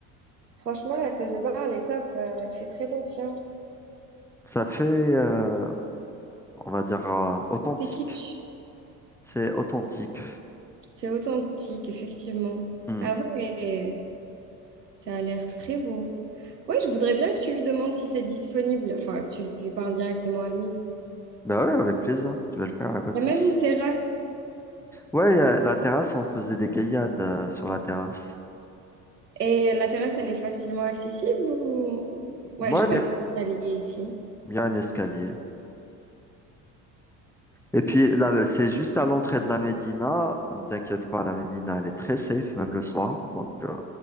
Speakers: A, on the right; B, in the centre.
A: Franchement, la salle de bain, elle est top, Euh, elle fait très ancien.
B: Ça fait, euh, on va dire, euh, authentique.
A: C'est kitsch.
B: C'est authentique.
A: C'est authentique, effectivement.
B: Hmm.
A: Ah ouais, ça a l'air très beau. Ouais, je voudrais bien que tu lui demandes si c'est disponible, enfin, que tu lui parles directement à lui.
B: Bah ouais, avec plaisir, je vais le faire, il n'y a pas de
A: Il y
B: souci.
A: a même une terrasse.
B: Ouais, euh, la terrasse, on faisait des gaillades euh, sur la terrasse.
A: Et la terrasse, elle est facilement accessible ou... Ouais,
B: Ouais,
A: je vois
B: il y,
A: des
B: a
A: escaliers ici.
B: y a un escalier. Et puis là, c'est juste à l'entrée de la Médina. Ne t'inquiète pas, la Médina, elle est très safe, même le soir. Donc, euh,